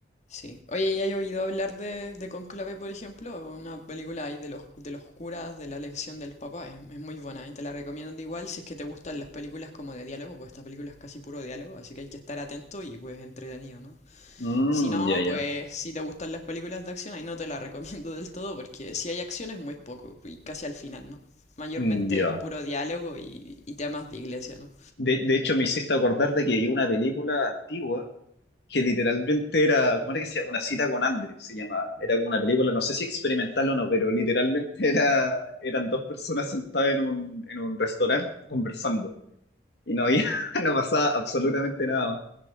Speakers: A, on the left; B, on the left.
A: Sí. Oye, ¿ya has oído hablar de, de Cónclave, por ejemplo? Una película ahí de los, de los curas, de la elección del Papa. Es, es muy buena y te la recomiendo igual si es que te gustan las películas como de diálogo, pues esta película es casi puro diálogo, así que hay que estar atento y pues entretenido, ¿no?
B: Mm,
A: Si no,
B: ya, ya.
A: pues si te gustan las películas de acción, ahí no te la <laughs> recomiendo del todo porque si hay acción es muy poco y casi al final, ¿no? Mayormente
B: Mm, ya.
A: es puro diálogo y, y temas de iglesia, ¿no?
B: De, de hecho, me hiciste acordar de que hay una película antigua que literalmente era, ¿cómo era que se llama? Una cita con andrés se llama. Era como una película, no sé si experimental o no, pero literalmente era, eran dos personas sentadas en un, en un restaurante conversando. Y no había, <laughs> no pasaba absolutamente nada